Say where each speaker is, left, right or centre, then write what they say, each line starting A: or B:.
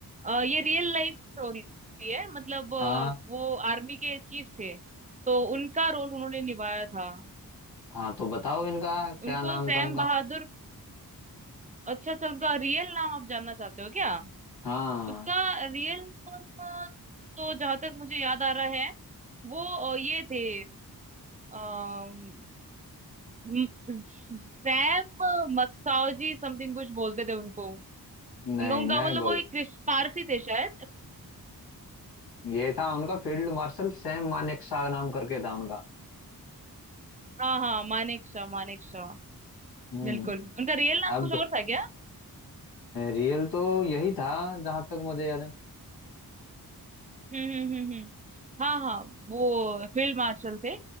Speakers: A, on the right (about 20°); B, on the left (about 70°).
A: अ, ये रियल लाइफ स्टोरी है मतलब अ,
B: हाँ
A: वो आर्मी के चीफ थे तो उनका रोल उन्होंने निभाया था
B: हाँ तो बताओ इनका क्या
A: उनको
B: नाम
A: सैम
B: था उनका
A: बहादुर अच्छा अच्छा उनका रियल नाम आप जानना चाहते हो क्या
B: हाँ
A: उसका रियल नाम अ, तो जहां तक मुझे याद आ रहा है वो अ, ये थे अम, म- सैम मक्साओजी समथिंग कुछ बोलते थे उनको
B: नहीं
A: उनका उनका
B: मैं
A: मतलब
B: बोल
A: वो एक क्रिस- पारसी थे शायद
B: ये था उनका फील्ड मार्शल सैम मानेकशॉ नाम करके था उनका
A: हाँ हाँ मानेक शाह मानेक शाह
B: हम्म
A: बिल्कुल उनका रियल नाम
B: अब
A: कुछ और था क्या
B: रियल तो यही था जहां तक मुझे याद है
A: हम्म हम्म हम्म हम्म। हाँ हाँ वो फील्ड मार्शल थे